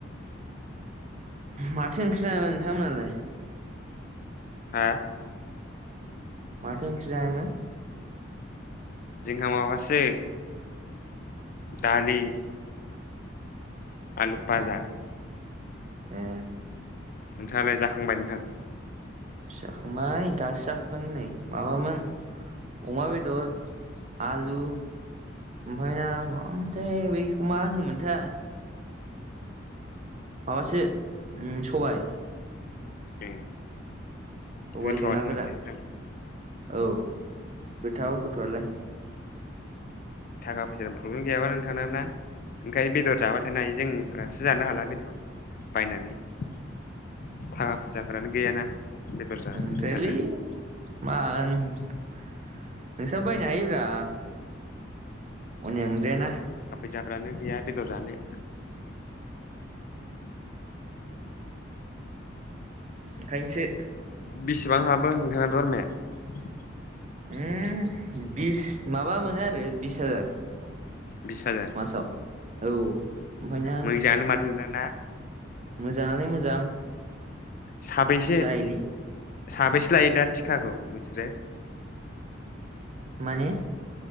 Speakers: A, on the right; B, on the left.
A: माथो ओंख्रि जानाय नोंथांमोनहालाय
B: हा
A: माथो ओंख्रि जानायमोन
B: जोंहा माबासो दालि आलु पाजा
A: ए ए
B: नोंथाङालाय जाखांबाय नोंथां
A: जाखांबाय दासो जाखोन नै माबामोन अमा बेदर आलु ओमफ्राय माबामोनथाय बेखौ मा होनोमोनथाय माबासो सबाय
B: ए
A: सबायजों
B: गोथावानो
A: ना गोरान
B: माथो नोंथां
A: औ गोथाव गोथावालाय
B: थाखा फैसानि प्रब्लेम गैयाबा नोंथाङाना ना ओंखायनो बेदर जाबाथाय हायो जोंफ्रासो जानो हाला बेदर बायनानै थाखा फैसाफोरानो गैयाना बेदर जानो
A: नंद्राया
B: जोंहा
A: लै मान नोंसाबो बायनो हायोब्रा अयनाय द्रायाना
B: जाब्रानो गैया बेदर जानो
A: ओंखायसो
B: बेसेबां हाबो नोंथाङा दरमाहाया
A: ओम बिस माबा मोनो आरो बिस हाजार
B: बिस हाजार
A: मासाव औ ओफायना
B: मोजाङानो माथो नोंथां ना
A: मोजाङालाय मोजां
B: साबैसे
A: जायोलै
B: साबैसे लायो दा थिखाखौ नोंसोरो
A: मानिे